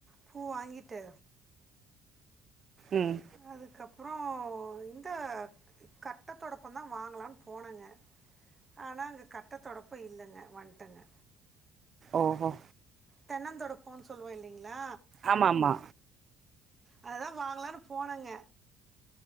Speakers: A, on the right; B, on the right.
A: பூ வாங்கிட்டு
B: ம்
A: அதுக்கப் ப்றோ இந்த கட்ட தொடப்பந்தா வாங்கலான் போனங்க ஆனா அங்க கட்ட தொடப்போ இல்லங்க வண்ட்டங்க
B: ஓஹோ
A: தென்னந்தொடப்போன் சொல்வோ இல்லிங்ளா
B: ஆமா ஆமா
A: அததா வாங்கலான் போனங்க